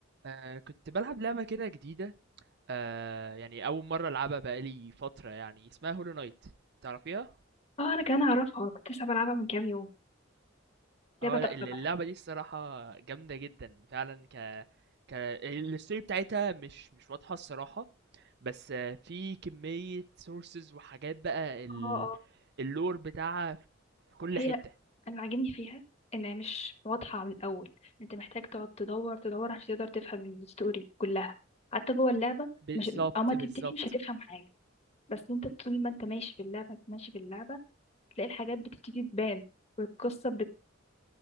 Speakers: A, on the right (about 55°); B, on the left (about 35°).
A: آه كنت بلعب لعبة كده جديدة آه يعني أول مرة ألعبها بقالي فترة يعني اسمها هولو نايت تعرفيها؟
B: اه انا كمان اعرفها آه، كنت لسه بلعبها من كام يوم لعبه
A: اه
B: تحفه
A: لا ال-
B: بقى
A: اللعبة دي الصراحة جامدة جدا فعلا ك ك الستوري بتاعتها مش مش واضحة الصراحة بس آه في كمية سورسز وحاجات بقى ال...
B: اه اه
A: اللور بتاعها في كل
B: هي
A: حتة
B: انا عاجبني فيها انها مش واضحه من الاول انت محتاج تقعد تدور تدور عشان تقدر تفهم الستوري كلها حتى جوه اللعبه
A: بالظبط
B: مش اما تبتدي
A: بالظبط
B: مش هتفهم حاجه بس انت طول ما انت ماشي في اللعبه ماشي في اللعبه تلاقي الحاجات بتبتدي تبان والقصه بت...